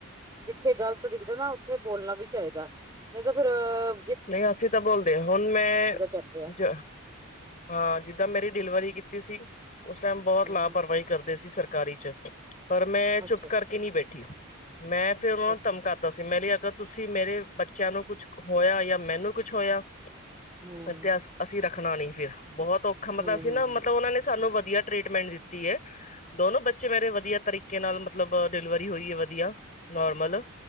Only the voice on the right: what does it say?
ਜਿੱਥੇ ਗ਼ਲਤ ਦਿਖਦੈ ਨਾ, ਉੱਥੇ ਬੋਲਣਾ ਵੀ ਚਾਈਦਾ, ਨਈ ਤੇ ਫਿਰ ਅ
ਚੱਕਦੇ ਆ
ਹਮ
ਅੱਛਾ
ਅੱਛਾ
ਹਮ
ਹਮ